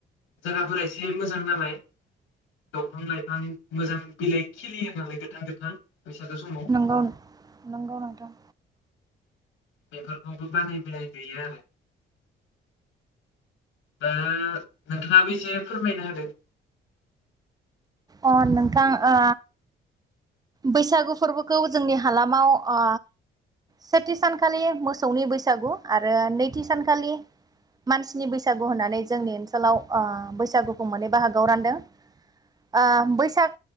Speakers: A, on the left; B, on the right.
A: जायगाफोरा एसे मोजां नालाय दंफां लाइफां मोजां बिलाइ खिलियो नालाय गोथां गोथां बैसागो समाव
B: नंगौ नंगौ नोंथां।
A: बेफोरखौबो बानाय <unintelligible> आरो दा नोंथाङाबो एसे फोरमायना होदो।
B: अ नोंथां ओ बैसागु फोरबोखौ जोंनि हालामाव ओ सेथि सानखालि मोसौनि बैसागु आरो नैथि सानखालि मानसिनि बैसागु होननानै जोंनि ओनसोलाव ओ बैसागुखौ मोनै बाहागोआव रानदों ओ बैसाग